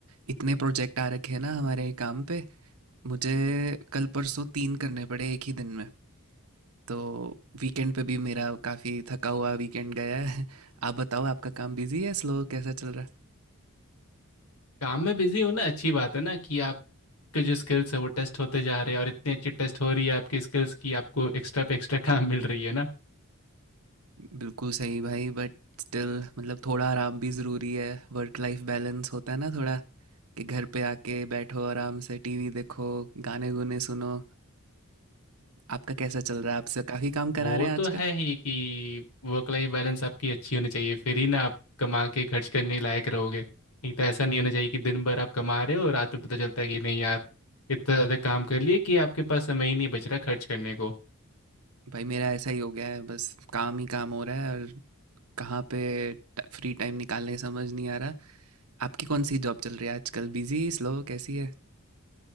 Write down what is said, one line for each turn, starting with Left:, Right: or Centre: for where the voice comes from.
Right: इतने प्रोजेक्ट आ रखे हैं ना हमारे काम पे मुझे कल परसों तीन करने पड़े एक ही दिन में तो वीकेंड पे भी मेरा काफ़ी थका हुआ वीकेंड गया है <laughs> आप बताओ आपका काम बिजी है स्लो कैसा चल रहा
Left: काम में बिजी होना अच्छी बात है ना कि आपके जो स्किल्स है वो टेस्ट होते जा रहे हैं और इतनी अच्छी टेस्ट हो रही है आपकी स्किल्स की आपको एक्स्ट्रा पे एक्स्ट्रा काम मिल रही है ना
Right: है बिल्कुल सही भाई बट स्टिल मतलब थोड़ा आराम भी ज़रूरी है वर्क लाइफ बैलेंस होता है ना थोड़ा कि घर पे आके बैठो आराम से टीवी देखो गाने गुने सुनो आपका कैसा चल रहा है आपसे काफ़ी काम
Left: वो
Right: करा रहे हैं
Left: तो
Right: आजकल
Left: है ही कि वर्क लाइफ बैलेंस आपकी अच्छी होनी चाहिए फिर ही ना आप कमा के खर्च करने लायक रहोगे नहीं तो ऐसा नहीं होना चाहिए कि दिन भर आप कमा रहे हो और रात में पता चलता है कि नहीं यार इतना ज़्यादा काम कर लिए कि आपके पास समय ही नहीं बच रहा खर्च करने को
Right: भाई मेरा ऐसा ही हो गया है बस काम ही काम हो रहा है और कहाँ पे फ्री टाइम निकालने समझ नहीं आ रहा आपकी कौन सी जॉब चल रही है आजकल बिजी स्लो कैसी है